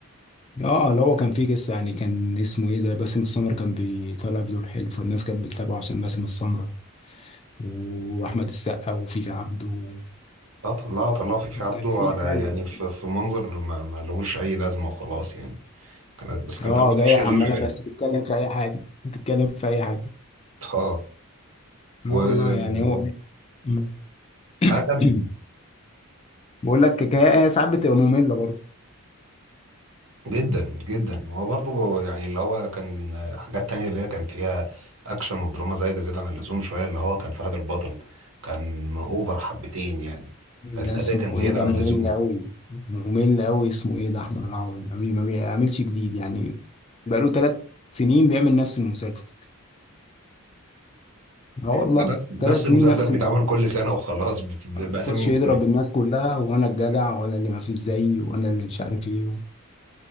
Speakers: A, on the left (about 25°); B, on the right (about 70°).
A: اه اللي هو كان فيه قصة يعني كان اسمه ايه ده باسم السمرة كان بيطلع بدور حلو فالناس كانت بتتابعه عشان باسم السمرة واحمد السقا وفيفي عبده و...
B: لا طلعوا طلعوا فيفي
A: وكان
B: عبده على
A: في حالة
B: يعني
A: كده.
B: في, في منظر ما, ما لهوش اي لازمه وخلاص يعني كانت بس كانت
A: اه
B: عامله دور
A: جاية
B: شرير
A: عمالة
B: حلو
A: بس تتكلم في اي حاجة تتكلم في اي حاجة
B: اه و
A: اه والله يعني هو مم.
B: هكمل
A: <clears throat> بقول لك كفايه هي ساعات بتبقى ممله برضه
B: جدا جدا هو برضه يعني اللي هو كان حاجات تانية اللي هي كان فيها اكشن ودراما زايدة زيادة عن اللزوم شوية اللي هو كان فهد البطل كان اوفر حبتين يعني الاداء
A: ده اسمه
B: كان زيادة
A: ايه ده
B: عن
A: ممل
B: اللزوم
A: قوي ممل قوي اسمه ايه ده احمد العوضي ما بي- ما بيعملش جديد يعني بقاله ثلاث سنين بيعمل نفس المسلسل اه والله
B: نفس نفس
A: ثلاث سنين
B: المسلسل
A: نفس
B: بيتعمل
A: الم-
B: كل سنة وخلاص بت- بأسامي
A: يخش
B: مختلفة
A: يضرب الناس كلها وانا الجدع وانا اللي ما فيش زيي وانا اللي مش عارف ايه